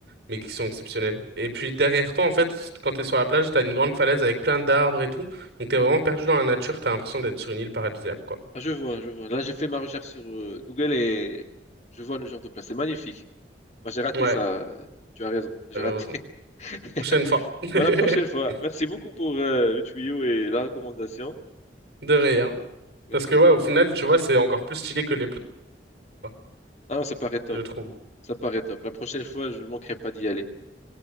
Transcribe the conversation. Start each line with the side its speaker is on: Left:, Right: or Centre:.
Right: mais qui sont exceptionnels. Et puis derrière toi, en fait, c- quand t'es sur la plage, t'as une grande falaise avec plein d'arbres et tout. Donc t'es vraiment perdu dans la nature, t'as l'impression d'être sur une île paradisiaque, quoi.
Left: Ah, je vois, je vois. Là, j'ai fait ma recherche sur euh, Google et je vois le genre de place. C'est magnifique. Bah, j'ai raté
Right: Ouais,
Left: ça. euh, Tu as raison, j'ai
Right: malheureusement.
Left: raté. <laughs>
Right: Prochaine fois. <laughs>
Left: Bah, la prochaine fois. Merci beaucoup pour euh, le tuyau et la recommandation.
Right: De rien.
Left: Merci
Right: Parce que
Left: énormément.
Right: ouais, au final, tu vois, c'est encore plus stylé que les plages, quoi,
Left: Ah non, ça paraît top.
Right: je trouve.
Left: Ça paraît top. La prochaine fois, je ne manquerai pas d'y aller.